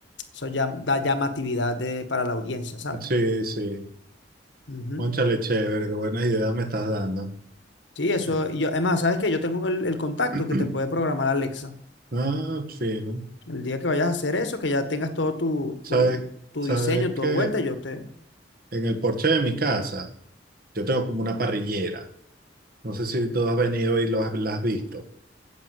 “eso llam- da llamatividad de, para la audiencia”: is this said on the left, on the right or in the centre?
Left